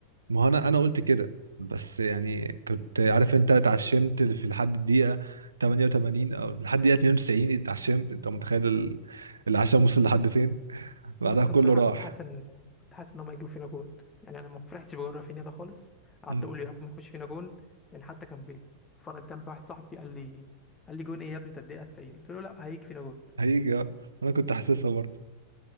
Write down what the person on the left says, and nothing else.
بص
بصراحة
كنت حاسس إن كنت حاسس إن هما هيجيبوا فينا جون يعني أنا ما فرحتش بجون رافينيا ده خالص قعدت
أقول يا رب ما يخش فينا جون يعني حتى كان بيتفرج جنبي واحد صاحبي قال لي قال لي جون إيه يا ابني أنت الدقيقة 90 قلت له لا هيجي فينا جون